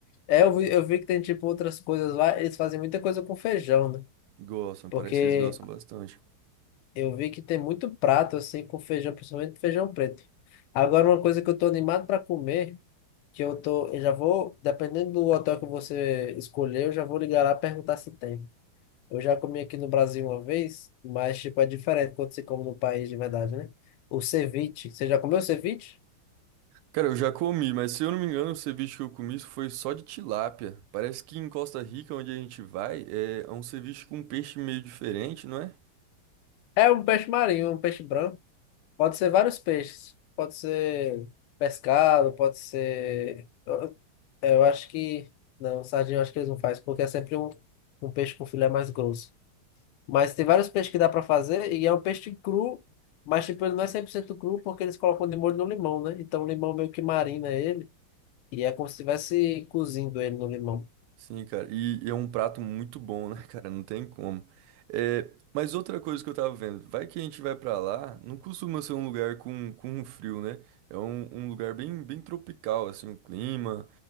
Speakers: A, on the left; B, on the right.
A: É, eu vi, eu vi que tem, tipo, outras coisas lá. Eles fazem muita coisa com feijão, né?
B: Gostam,
A: Porque
B: parece que eles gostam bastante.
A: Eu vi que tem muito prato assim com feijão, principalmente feijão preto. Agora, uma coisa que eu tô animado para comer, que eu tô, eu já vou, dependendo do hotel que você escolher, eu já vou ligar lá e perguntar se tem. Eu já comi aqui no Brasil uma vez, mas tipo é diferente quando você come no país de verdade, né? O ceviche, você já comeu ceviche?
B: Cara, eu já comi, mas se eu não me engano, o ceviche que eu comi foi só de tilápia. Parece que em Costa Rica, onde a gente vai, é é um ceviche com um peixe meio diferente, não é?
A: É um peixe marinho, um peixe branco. Pode ser vários peixes. Pode ser pescado, pode ser É, eu acho que. Não, sardinha eu acho que eles não fazem, porque é sempre um, um peixe com filé mais grosso. Mas tem vários peixes que dá pra fazer, e é um peixe cru, mas tipo, ele não é 100% cru, porque eles colocam de molho no limão, né? Então o limão meio que marina ele, e é como se estivesse cozindo ele no limão.
B: Sim, cara. E, e é um prato muito bom, né, <laughs> cara? Não tem como. É, mas outra coisa que eu tava vendo, vai que a gente vai pra lá, não costuma ser um lugar com, com frio, né? É um, um lugar bem, bem tropical, assim, o clima,